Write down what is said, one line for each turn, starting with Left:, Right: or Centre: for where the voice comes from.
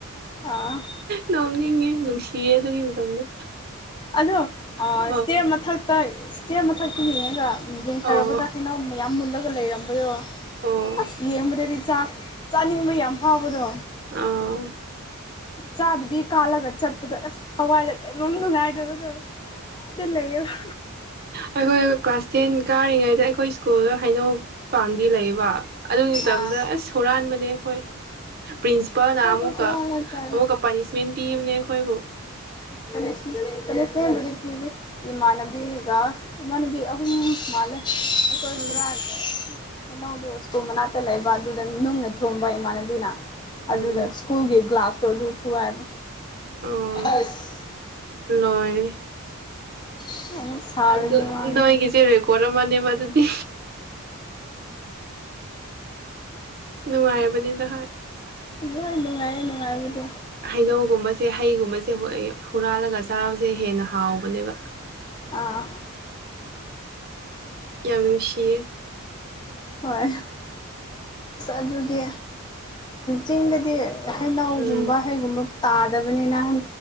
Left: ꯑꯣ
Right: ꯅꯣꯛꯅꯤꯡꯉꯦ ꯅꯨꯡꯁꯤꯌꯦ ꯑꯗꯨꯒꯤ ꯃꯇꯝꯗꯣ
Left: ꯑꯗꯣ ꯑ
Right: ꯑꯣ
Left: ꯏꯁꯇ꯭ꯤꯌꯔ ꯃꯊꯛꯇ ꯏꯁꯇ꯭ꯤꯌꯔ ꯃꯊꯛꯇ ꯌꯦꯡꯉꯒ ꯌꯦꯡꯊꯔꯛꯕꯗ
Right: ꯑꯣ ꯑꯣ
Left: ꯍꯩꯅꯧ ꯃꯨꯟ ꯌꯥꯝ ꯃꯨꯜꯂꯒ ꯂꯩꯔꯝꯕꯗꯣ
Right: ꯑꯣ
Left: ꯑꯁ ꯌꯦꯡꯕꯗꯗꯤ ꯆꯥꯛ ꯆꯥꯅꯤꯡꯕ ꯌꯥꯝ ꯐꯥꯎꯕꯗꯣ
Right: ꯑꯥ
Left: ꯆꯥꯗꯕꯤ ꯀꯥꯜꯂꯒ ꯆꯠꯄꯗ ꯑꯁ ꯊꯋꯥꯏꯗ ꯀꯩꯅꯣꯝ ꯅꯨꯡꯉꯥꯏꯗꯕ ꯗꯤꯜ ꯂꯩꯌꯦꯕ
Right: ꯑꯩꯈꯣꯏ ꯀ꯭ꯂꯥꯁ ꯇꯦꯟ ꯀꯥꯔꯤꯉꯩꯗ ꯑꯩꯈꯣꯏ ꯑꯤꯁ ꯀꯨꯜꯗ ꯍꯩꯅꯧ ꯄꯥꯝꯕꯤ ꯂꯩꯌꯦꯕ ꯑꯗꯨꯒꯤ ꯇꯝꯗ
Left: ꯑꯥ
Right: ꯑꯁ ꯍꯨꯔꯥꯟꯕꯅꯦ ꯑꯩꯈꯣꯏ ꯄ꯭ꯔꯤꯟꯁꯤꯄꯥꯜꯅ
Left: ꯍꯣꯏ
Right: ꯑꯃꯨꯛꯀ
Left: ꯆꯝꯐꯨꯠ ꯍꯥꯜꯂ ꯆꯥꯔꯦ
Right: ꯑꯃꯨꯛꯀ ꯄꯥꯅꯤꯁꯃꯦꯟ ꯄꯤꯕꯅꯦ ꯑꯈꯣꯏꯕꯨ
Left: ꯇꯅꯤꯁ ꯄꯅꯤꯁꯃꯦꯟꯕꯨꯗꯤ ꯄꯤꯕꯤ ꯏꯃꯥꯟꯅꯕꯤꯒ ꯏꯃꯥꯟꯅꯕꯤ ꯑꯍꯨꯝ ꯃꯥꯂꯦ ꯑꯩꯈꯣꯏ
Right: ꯎꯝ
Left: ꯍꯨꯔꯥꯟꯈ꯭ꯔꯦ ꯍꯩꯅꯧꯗꯣ ꯁ꯭ꯀꯨꯜ ꯃꯅꯥꯛꯇ ꯂꯩꯕ ꯑꯗꯨꯗ ꯅꯨꯡꯅ ꯊꯣꯝꯕ ꯏꯃꯥꯟꯅꯕꯤꯅ
Right: ꯎꯝ
Left: ꯑꯗꯨꯗ ꯁ꯭ꯀꯨꯜꯒꯤ ꯒ꯭ꯂꯥꯁꯇꯣ ꯑꯗꯨ ꯊꯨꯒꯥꯏꯕ
Right: ꯑꯣ
Left: ꯑꯁ
Right: ꯂꯣꯏꯔꯦ
Left: <unintelligible>
Right: ꯑꯟꯗꯣ
Left: ꯃꯥꯅ
Right: ꯅꯣꯏꯒꯤ ꯆꯦ ꯔꯦꯀꯣꯔꯠ ꯑꯃꯅꯦꯕ ꯑꯗꯨꯗꯤ ꯅꯨꯡꯉꯥꯏꯕꯅꯤꯗ ꯍꯥꯏ
Left: ꯍꯣꯏ ꯅꯨꯡꯉꯥꯏꯌꯦ ꯅꯨꯡꯉꯥꯏꯕꯨꯗꯤ
Right: ꯍꯩꯅꯧꯒꯨꯝꯕꯁꯦ ꯍꯩꯒꯨꯝꯕꯁꯦ ꯍꯨꯏꯌ ꯍꯨꯔꯥꯜꯂꯒ ꯆꯥꯕꯁꯦ ꯍꯦꯟꯅ ꯍꯥꯎꯕꯅꯦꯕ
Left: ꯑꯥ ꯑꯥ
Right: ꯌꯥꯝ ꯅꯨꯡꯁꯤꯌꯦ
Left: ꯍꯣꯏ ꯑꯗꯨꯗꯤ ꯆꯤꯡꯗꯗꯤ ꯍꯩꯅꯧꯒꯨꯝꯕ
Right: ꯎꯝ
Left: ꯍꯩꯒꯨꯝꯕ ꯇꯥꯗꯕꯅꯦ ꯅꯍꯥꯟ